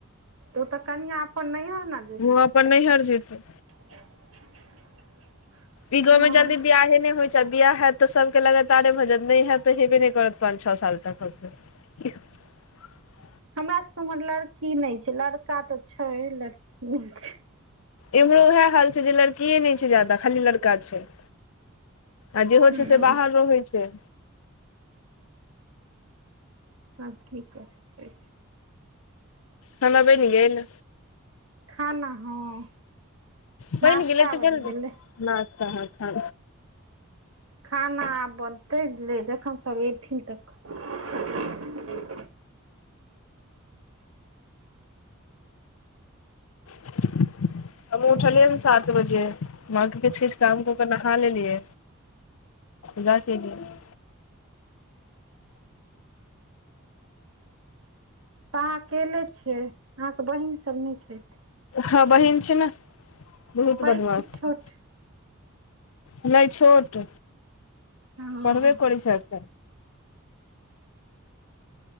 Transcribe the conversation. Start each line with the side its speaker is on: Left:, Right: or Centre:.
Right: ओ तऽ कनिया अपन नैयहर ना
Left: उहो अपन नैयहर जेतै।
Right: <inaudible>
Left: ई गांव
Right: ओ
Left: मे जल्दी बियाहे नै होय छै आ बियाह हैत तऽ सबके लगातारे भऽ जाएत नै हैत त हेबे नै करत पान छ साल तक अखन। <inaudible>
Right: हमरा सबके उम्हर लड़की नै छै, लड़का तऽ छै, लड़की नै छै।
Left: इम्हरो उहाए हाल छै जे लड़किये नै छै जादा, खाली लड़का छै। आ जेहो
Right: हँ
Left: छै से बाहर रहै छै।
Right: आब की कही।
Left: खाना बैन गेल?
Right: खाना हँ,
Left: बनि
Right: नास्ता
Left: गेलै तऽ गेल
Right: बनि गेलै।
Left: नास्ता हं खा
Right: खाना आब बनतै ले, जखन सब एथिन तखन।
Left: <inaudible> हम उठलियै सात बजे मां के किछ किछ काम क कर नहा लेलियै। इा क <inaudible>
Right: त अहां अकेले छियै अहाँके बहिन सब नै छैथ।
Left: हँ बहिन छै ने, बहुत
Right: पैघ
Left: बदमास
Right: कि
Left: छै।
Right: छोट
Left: नहि छोट,
Right: हँ
Left: पढ़बे करैत छै अखैन